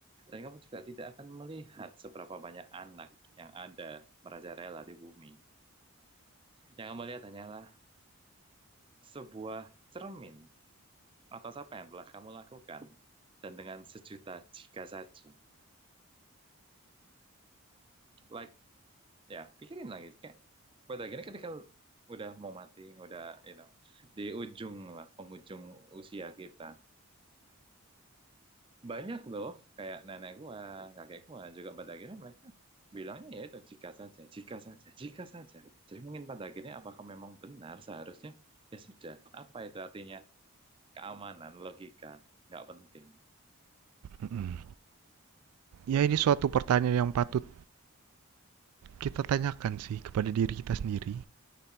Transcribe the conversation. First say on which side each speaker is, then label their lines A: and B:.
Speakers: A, on the right (about 25°); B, on the right (about 80°).
A: dan kamu juga tidak akan melihat seberapa banyak anak yang ada merajalela di bumi. Yang kamu lihat hanyalah sebuah cermin atas apa yang telah kamu lakukan dan dengan sejuta jika saja. Like, ya, pikirin lagi. Kayak, pada akhirnya ketika udah mau mati, udah, you know, di ujung lah, penghujung usia kita, banyak loh, kayak nenek gua, kakek gua, juga pada akhirnya mereka bilangnya ya itu jika saja, jika saja, jika saja. Jadi mungkin pada akhirnya apakah memang benar seharusnya, ya sudah, apa itu artinya keamanan, logika, nggak penting.
B: Mm-mm. Ya ini suatu pertanyaan yang patut kita tanyakan sih kepada diri kita sendiri.